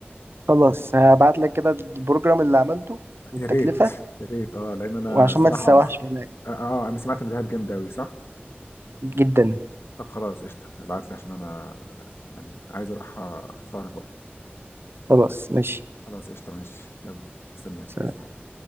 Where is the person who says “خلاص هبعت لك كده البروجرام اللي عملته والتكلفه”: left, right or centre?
Right